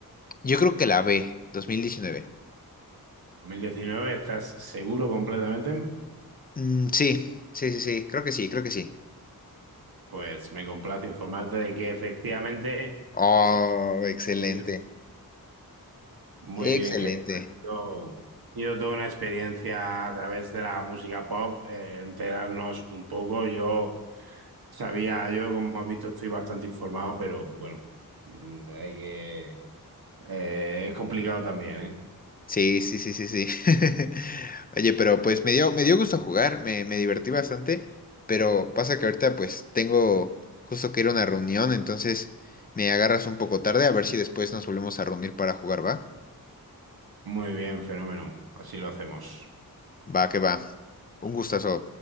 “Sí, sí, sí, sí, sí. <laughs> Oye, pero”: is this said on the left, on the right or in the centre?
Left